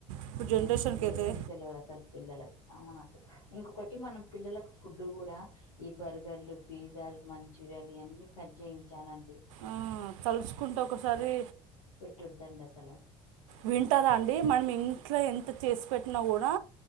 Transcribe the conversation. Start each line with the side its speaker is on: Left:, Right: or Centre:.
Right: ఇప్పుడు
Left: ఆ
Right: జనరేషన్కి
Left: ఏం
Right: అయితే
Left: తెల్వది అసలు పిల్లలకి అవును <inaudible> ఇంకొకటి మనం పిల్లలకు ఫుడ్ కూడా ఈ బర్గర్లు, పిజ్జాలు, మంచూరియాలు ఇయన్నీ కట్ చేయించాలండి.
Right: ఆ తలుచుకుంటే ఒకసారి
Left: పెట్టోదండి అసలు.
Right: వింటారా అండి మనం ఇంట్ల ఎంత చేసి పెట్టినా కూడా